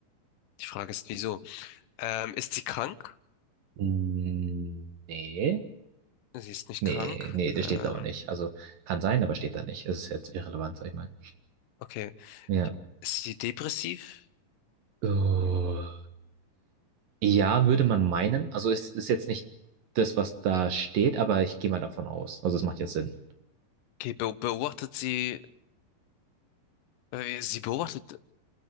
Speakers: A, on the left (about 70°); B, on the right (about 60°).
A: die Frage ist, wieso? Ähm, ist sie krank?
B: Mm, Nee.
A: Sie ist nicht
B: Nee,
A: krank.
B: nee, das
A: Ähm,
B: steht da auch nicht. Also kann sein, aber steht da nicht. Es ist jetzt irrelevant, sag ich mal.
A: okay,
B: Ja.
A: ist sie depressiv?
B: Uh, ja, würde man meinen. Also es ist jetzt nicht das, was da steht, aber ich gehe mal davon aus. Also es macht ja Sinn.
A: Okay, be beobachtet sie, äh, sie beobachtet,